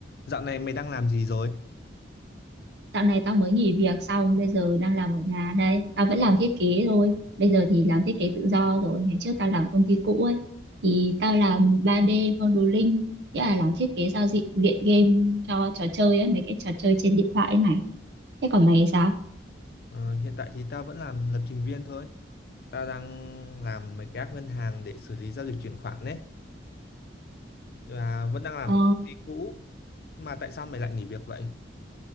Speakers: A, on the left (about 55°); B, on the right (about 60°).
A: Dạo này mày đang làm gì rồi?
B: Dạo này tao mới nghỉ việc xong, bây giờ đang làm ở nhà đây. Tao vẫn làm thiết kế thôi. Bây giờ thì làm thiết kế tự do rồi. Ngày trước tao làm công ty cũ ấy. Thì tao làm 3D modeling, nghĩa là làm thiết kế giao diện diện game cho trò chơi ấy, mấy cái trò chơi trên điện thoại ấy này. Thế còn mày thì sao?
A: Ờ, hiện tại thì tao vẫn làm lập trình viên thôi. Tao đang làm mấy cái app ngân hàng để xử lý giao dịch chuyển khoản đấy. Và vẫn đang làm
B: Ờ
A: một công ty cũ. Mà tại sao mày lại nghỉ việc vậy?